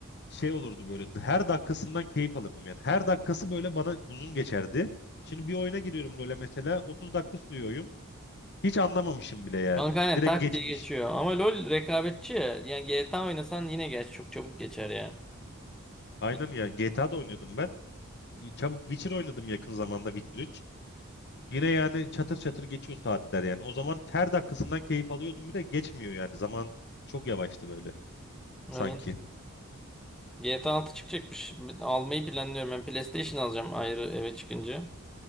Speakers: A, on the left; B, in the centre.
A: şey olurdu böyle her dakikasından keyif alırdım yani. Her dakikası böyle bana uzun geçerdi. Şimdi bir oyuna giriyorum LoL'e mesela 30 dakika sürüyor oyun. Hiç anlamamışım bile yani.
B: Kanka aynen
A: Direkt
B: tak
A: geçmiş.
B: diye geçiyor. Ama LoL rekabetçi ya. Yani GTA oynasan yine geç çok çabuk geçer ya.
A: Aynen
B: Bitti.
A: ya GTA'da oynuyordum ben. Çabuk Witcher oynadım yakın zamanda Witcher 3. Yine yani çatır çatır geçiyor saatler yani. O zaman her dakikasından keyif alıyordum bir de geçmiyor yani. Zaman çok yavaştı böyle
B: Aynen.
A: sanki.
B: GTA 6 çıkacakmış. Ben Almayı planlıyorum. Ben PlayStation alacağım ayrı eve çıkınca.